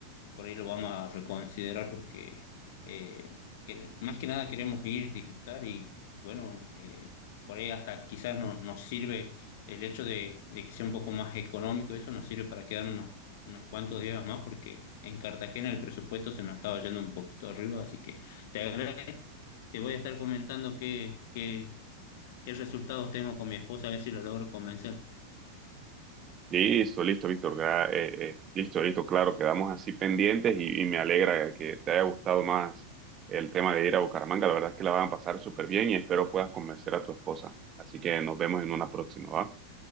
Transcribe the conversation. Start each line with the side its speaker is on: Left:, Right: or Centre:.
Left: por ahí lo vamos a reconsiderar porque eh, que más que nada queremos ir, disfrutar y bueno, eh, por ahí hasta quizás no- nos sirve el hecho de, de que sea un poco más económico, eso nos sirve para quedarnos unos, unos cuantos días más porque en Cartagena el presupuesto se nos estaba yendo un poquito arriba, así que te agradezco, te voy a estar comentando qué, qué, qué resultados tengo con mi esposa, a ver si lo logro convencer.
Right: Listo, listo, Víctor. gra- eh, eh, listo, listo, claro, quedamos así pendientes y, y me alegra que te haya gustado más el tema de ir a Bucaramanga. La verdad es que la van a pasar súper bien y espero puedas convencer a tu esposa. Así que nos vemos en una próxima, ¿va?